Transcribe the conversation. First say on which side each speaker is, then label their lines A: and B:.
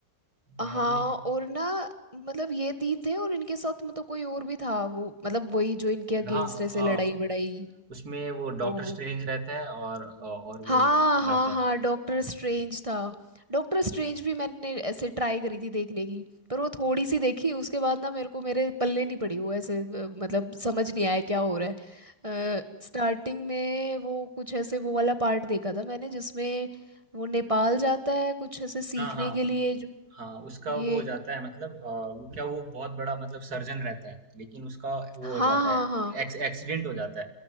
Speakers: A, on the right; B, on the right.
A: हाँ
B: मैडनेस
A: और ना मतलब ये तीन थे और इनके साथ मतलब कोई और भी था वो मतलब वही जो इनके अगेंस्ट
B: हाँ
A: ऐसे
B: अ,
A: लड़ाई बड़ाई
B: उसमें वो डॉक्टर
A: वो
B: स्ट्रेंज रहता है और अ, और
A: हाँ
B: वो
A: हाँ
B: लड़ते हैं
A: हाँ डॉक्टर स्ट्रेंज था डॉक्टर स्ट्रेंज भी मैंने ऐसे ट्राई करी थी देखने की पर वो थोड़ी सी देखी उसके बाद ना मेरे को मेरे पल्ले नहीं पड़ी वो ऐसे अ, मतलब समझ नहीं आया क्या हो रहा है स्टार्टिंग में वो कुछ ऐसे वो वाला पार्ट देखा था मैंने जिसमें वो नेपाल जाता है कुछ ऐसे सीखने
B: हाँ हाँ
A: के लिए जो
B: हाँ उसका
A: ये
B: वो हो जाता है मतलब अ, वो क्या वो बहुत बड़ा मतलब सर्जन रहता है लेकिन उसका वो
A: हाँ
B: हो जाता
A: हाँ
B: है
A: हाँ
B: एक्स एक्सीडेंट हो जाता है